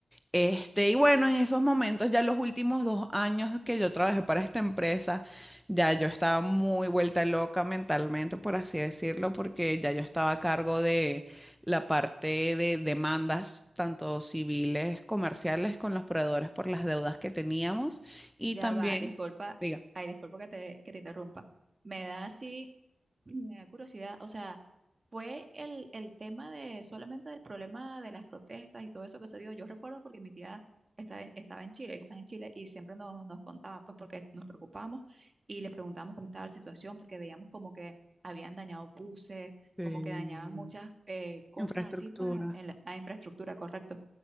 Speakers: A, in the centre; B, on the right (about 40°).
A: Este, y bueno, en esos momentos, ya los últimos dos años que yo trabajé para esta empresa, ya yo estaba muy vuelta loca mentalmente, por así decirlo, porque ya yo estaba a cargo de la parte de demandas, tanto civiles, comerciales, con los proveedores por las deudas que teníamos y
B: Ya
A: también,
B: va, disculpa,
A: diga,
B: ay, disculpa que te, que te interrumpa. Me da así Me da curiosidad, o sea, fue el, el tema de solamente del problema de las protestas y todo eso que se dio. Yo recuerdo porque mi tía estaba, en- estaba en Chile, ellos están en Chile y siempre nos, nos contaba, pues porque nos preocupamos y le preguntábamos cómo estaba la situación, porque veíamos como que habían dañado buses,
A: Sí,
B: como que dañaban muchas eh, cosas
A: infraestructura.
B: así, pues en la, la infraestructura, correcto.